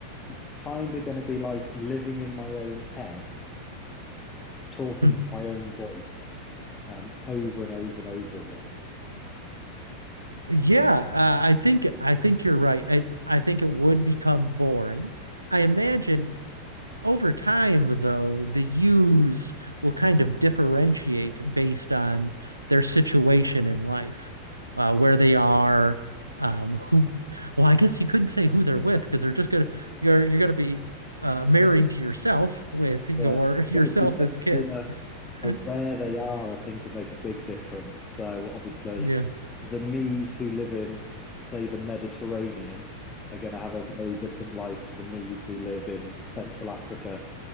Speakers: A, on the left; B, on the right.
A: it's kind of going to be like living in my own head, talking
B: Hmm.
A: to my own voice um, over and over and over again.
B: Yeah, uh, I think I think you're right. I I think it would become boring. I imagine over time, though, the U's will kind of differentiate based on their situation in life, uh, where they are, um, who. Well, I guess you couldn't say who they're with because they're just gonna you're you're gonna be uh, married to yourself with your
A: Yeah,
B: <laughs> yourself
A: it's gonna be definitely
B: as kids.
A: uh uh,
B: <laughs>
A: where they are, I think, will make a big difference. So obviously,
B: Yeah,
A: the me's who live in, say, the Mediterranean are going to have a very different life to the me's who live in Central Africa.